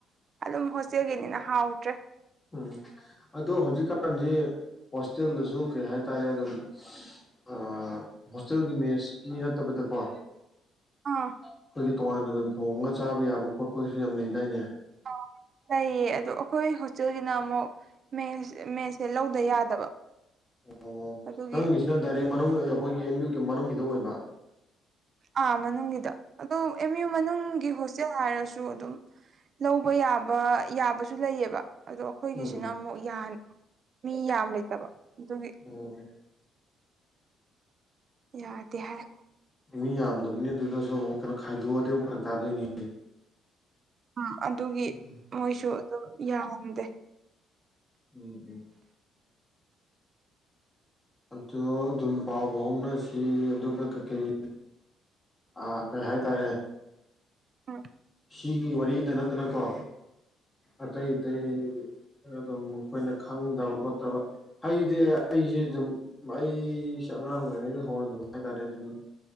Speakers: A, on the right; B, on the left.
A: ꯑꯗꯨꯝ ꯍꯣꯁꯇꯦꯜꯒꯤꯅꯤꯅ ꯍꯥꯎꯇ꯭ꯔꯦ
B: ꯎꯝ ꯑꯗꯣ ꯍꯧꯖꯤꯛꯀꯥꯟꯖꯤ ꯍꯣꯁꯇꯦꯜꯗꯁꯨ ꯀꯩ ꯍꯥꯏꯇꯥꯔꯦ ꯑꯗꯨꯝ ꯑꯥ ꯍꯣꯁꯇꯦꯜꯒꯤ ꯃꯦꯁꯀꯤ ꯅꯠꯇꯕꯤꯗꯀꯣ
A: ꯑꯥ
B: ꯑꯈꯣꯏꯒꯤ ꯇꯣꯉꯥꯟꯅ ꯑꯗꯨꯝ ꯊꯣꯡꯉꯒ ꯆꯥꯕ ꯌꯥꯕ ꯈꯣꯠꯄꯒꯤꯁꯨ ꯌꯥꯝ ꯂꯩꯗꯥꯏꯅꯦ
A: ꯑ ꯂꯩꯌꯦ ꯑꯗꯣ ꯑꯈꯣꯏ ꯍꯣꯁꯇꯦꯜꯒꯤꯅ ꯑꯃꯨꯛ ꯃꯦꯁ ꯃꯦꯁꯁꯦ ꯂꯧꯗ ꯌꯥꯗꯕ
B: ꯑꯣ
A: ꯑꯗꯨꯒꯤ
B: ꯅꯪꯒꯤꯁꯤꯅ ꯗꯥꯏꯔꯦꯛ ꯃꯅꯨꯡ ꯑꯈꯣꯏꯒꯤ ꯑꯦꯝ ꯌꯨꯒꯤ ꯃꯅꯨꯡꯒꯤꯗ ꯑꯣꯏꯕ
A: ꯑꯥ ꯃꯅꯨꯡꯒꯤꯗꯣ ꯑꯗꯣ ꯑꯦꯝ ꯌꯨ ꯃꯅꯨꯡꯒꯤ ꯍꯣꯁ ꯆꯦꯜ ꯍꯥꯏꯔꯁꯨ ꯑꯗꯨꯝ ꯂꯧꯕ ꯌꯥꯕ ꯌꯥꯕꯁꯨ ꯂꯩꯌꯦꯕ ꯑꯗꯣ ꯑꯈꯣꯏꯒꯤꯁꯤꯅ
B: ꯎꯝ
A: ꯑꯃꯨꯛ ꯌꯥꯟ ꯃꯤ ꯌꯥꯝ ꯂꯩꯇꯕ ꯑꯗꯨꯒꯤ
B: ꯎꯝ
A: ꯌꯥꯗꯦ
B: <unintelligible>
A: ꯍꯥꯏ
B: ꯃꯤ ꯌꯥꯝꯗꯕꯅꯤꯅ ꯑꯗꯨꯗꯁꯨ ꯑꯃꯨꯛ ꯀꯩꯅꯣ ꯈꯥꯏꯗꯣꯛꯑꯗꯤ ꯑꯃꯨꯛ ꯐꯔꯛ ꯇꯥꯗꯣꯏꯅꯤ
A: ꯎꯝ ꯑꯗꯨꯒꯤ
B: ꯎꯝ
A: ꯃꯣꯏꯁꯨ ꯑꯗꯨꯝ ꯌꯥꯍꯟꯗꯦ
B: ꯎꯝ ꯎꯝ ꯑꯗꯨ ꯑꯗꯨꯝ ꯄꯥꯎ ꯐꯥꯎꯅꯁꯤ ꯑꯗꯨꯒ ꯀꯩꯀꯩ ꯑꯥ ꯀꯩ ꯍꯥꯏꯇꯥꯔꯦ
A: ꯎꯝ
B: ꯁꯤꯒꯤ ꯋꯥꯔꯤꯗ ꯅꯠꯇꯅꯀꯣ ꯑꯇꯩ ꯑꯇꯩ ꯈꯔꯥ ꯑꯗꯨꯝ ꯑꯈꯣꯏꯅ ꯈꯪꯗꯕ ꯈꯣꯠꯇꯕ ꯍꯩꯗꯤ ꯑꯩꯁꯤ ꯑꯗꯨꯝ ꯑꯩꯁꯦ ꯑꯉꯥꯡ ꯑꯣꯏꯔꯤꯉꯩꯗꯩ ꯍꯧꯅ ꯑꯗꯨꯝ ꯍꯥꯏꯇꯥꯔꯦ ꯑꯗꯨꯝ